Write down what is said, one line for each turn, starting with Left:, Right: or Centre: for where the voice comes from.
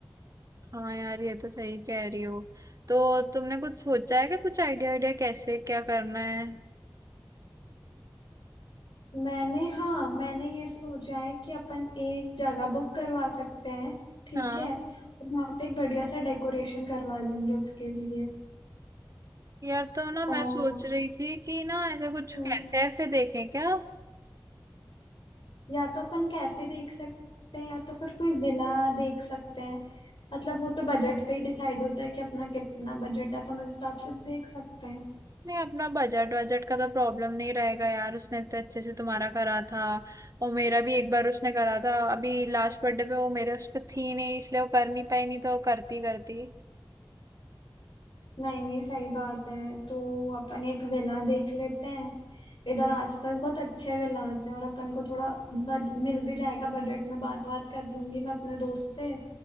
Right: हाँ यार ये तो सही कह रही हो तो तुमने कुछ सोचा है क्या कुछ आइडिया आइडिया कैसे क्या करना है
Left: मैंने हाँ मैंने ये सोचा है कि अपन एक जगह बुक करवा सकते हैं ठीक
Right: हाँ
Left: है वहां पे एक बढ़िया सा डेकोरेशन करवा देंगे उसके लिए
Right: यार तो ना मैं
Left: और
Right: सोच रही थी कि ना ऐसा कुछ
Left: हम्म,
Right: कैफे वैफे देखें क्या
Left: या तो अपन कैफे देख सकते हैं या तो फिर कोई विला देख सकते हैं मतलब वो तो बजट पे ही डिसाइड होता है कि अपना कितना बजट है अपन उस हिसाब से देख सकते हैं
Right: नहीं अपना बजट बजट का तो प्रॉब्लम नहीं रहेगा यार उसने इतने अच्छे से तुम्हारा करा था और मेरा भी एक बार उसने करा था अभी लास्ट बर्थडे पे वो मेरे उस पर थी नहीं इसलिए वो कर नहीं पाई नहीं तो वो करती करती
Left: नहीं नहीं सही बात है तो अपन एक विला देख लेते हैं इधर आसपास बहुत अच्छे विलाज हैं और अपन को थोड़ा बज, मिल भी जाएगा बजट में बात बात कर लूंगी मैं अपने दोस्त से